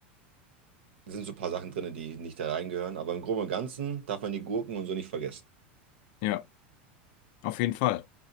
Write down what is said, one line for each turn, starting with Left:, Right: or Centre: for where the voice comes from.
Right: Da sind so ein paar Sachen drin, die nicht da reingehören. Aber im Groben und Ganzen darf man die Gurken und so nicht vergessen.
Left: ja, auf jeden Fall.